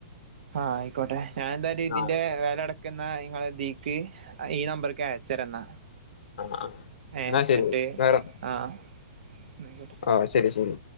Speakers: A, on the right (about 65°); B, on the left (about 75°).
A: ആഹ് അയ്ക്കോട്ടെ ഞാന്തായാലും ഇതിന്റെ
B: ആഹ്
A: വെലട് ക്ക്ന്നാ ഇങ്ങളെതീക്ക് അയ് ഈ നമ്പർക്ക് അയച്ചരന്ന.
B: ആഹ് ആഹ്
A: ഏ
B: എന്നാ ശരി
A: എട്ട്
B: വേറെ
A: ആഹ് ന്നയ്കോട്ടെ.
B: ആഹ് ശരി ശരി.